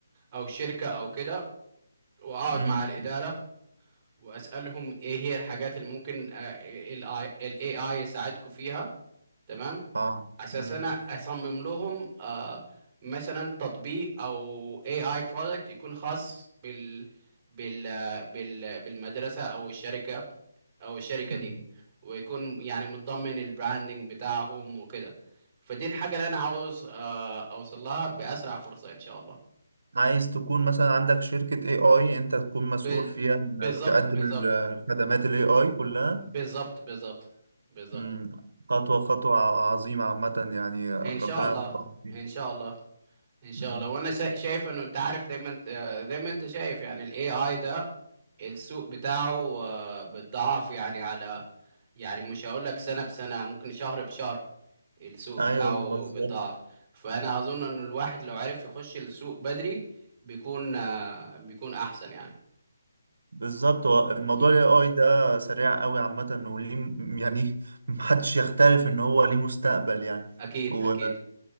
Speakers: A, on the right (about 25°); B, on the right (about 60°).
A: او شركة او كده واقعد
B: مم.
A: مع الإدارة واسألهم ايه هي الحاجات اللي ممكن الاي AI يساعدكم فيها تمام
B: اه
A: اساس
B: مم.
A: انا اصمم لهم آه مثلا تطبيق او اي اي برودكت يكون خاص بال بال بال بالمدرسه او الشركه او الشركه
B: مم.
A: دي ويكون يعني متضمن البراندنج بتاعهم وكده فدي الحاجه اللي انا عاوز آه اوصل لها باسرع فرصه ان شاء الله
B: عايز تكون مثلا عندك شركة اي اي انت تكون مسؤول
A: ب...
B: فيها انك
A: بالظبط
B: تقدم
A: بالظبط
B: ال- الخدمات الاي اي كلها
A: بالظبط بالظبط بالظبط
B: مم. خطوة خطوة ع- عظيمة عامة يعني ربنا
A: ان شاء الله
B: يوفقك فيها
A: ان شاء الله ان شاء
B: مم.
A: الله وانا شا- شايف انه انت عارف دايما آه، زي ما انت شايف يعني الاي اي ده السوق بتاعه آه، بيتضاعف يعني على يعني مش هقول لك سنة بسنة ممكن شهر بشهر السوق
B: ايوه
A: بتاعه
B: بالظبط
A: بيتضاعف فانا اظن ان الواحد لو عرف يخش السوق بدري بيكون آه، بيكون احسن يعني
B: بالظبط هو الموضوع
A: مم.
B: ال AI ده سريع قوي عامة وليه م- يعني <laughs> محدش يختلف ان هو ليه مستقبل يعني
A: اكيد
B: و...
A: اكيد